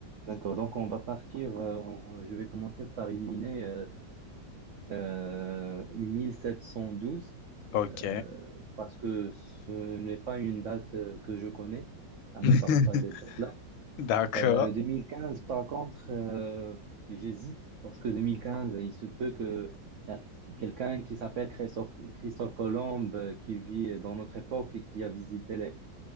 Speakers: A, on the right (about 80°); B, on the left (about 90°).
A: D'accord. Donc, on va partir, euh, on- je vais commencer par éliminer euh, euh, 1712,
B: Ok.
A: euh, parce que ce n'est pas une date euh, que je connais. Ça ne
B: <laughs>
A: me parle pas cette date-là.
B: D'accord.
A: Euh, 2015, par contre, euh, j'hésite, parce que 2015, il se peut que y a quelqu'un qui s'appelle Christophe, Christophe Colomb, euh, qui vit dans notre époque et qui a visité les,